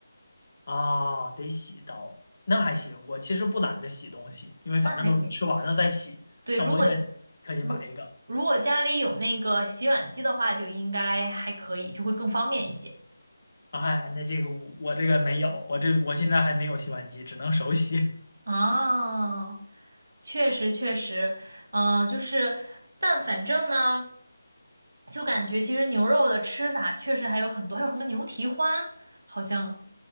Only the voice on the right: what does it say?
那还可以。对，
如果如如果家里有那个洗碗机的话，就应该还可以，就会更方便一些。
啊，确实确实，嗯、就是，但反正呢，就感觉其实牛肉的吃法确实还有很多，还有什么牛蹄花，好像。